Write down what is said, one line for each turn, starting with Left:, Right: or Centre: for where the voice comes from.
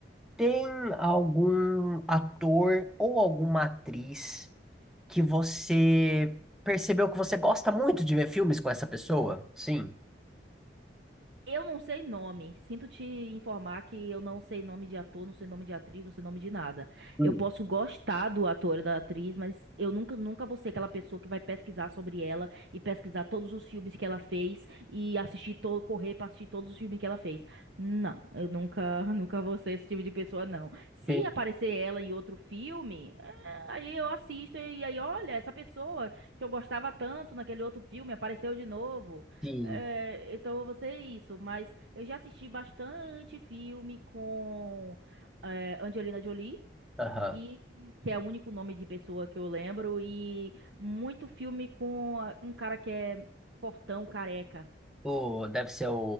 Centre: tem algum ator ou alguma atriz que você percebeu que você gosta muito de ver filmes com essa pessoa? Sim.
Right: Eu não sei nome. Sinto te informar que eu não sei nome de ator, não sei nome de atriz, não sei nome de nada.
Centre: Hum.
Right: Eu posso gostar do ator e da atriz, mas eu nunca, nunca vou ser aquela pessoa que vai pesquisar sobre ela e pesquisar todos os filmes que ela fez e assistir, to- correr pra assistir todos os filmes que ela fez. Não, eu nunca, <laughs> nunca vou ser esse tipo de pessoa, não. Se
Centre: Tem,
Right: aparecer ela em outro filme, é, aí eu assisto e aí, olha, essa pessoa que eu gostava tanto naquele outro filme apareceu de novo.
Centre: sim.
Right: É, então eu vou ser isso, mas eu já assisti bastante filme com é, Angelina Jolie,
Centre: Aham.
Right: e que é o único nome de pessoa que eu lembro, e muito filme com a- um cara que é fortão, careca.
Centre: O, deve ser o,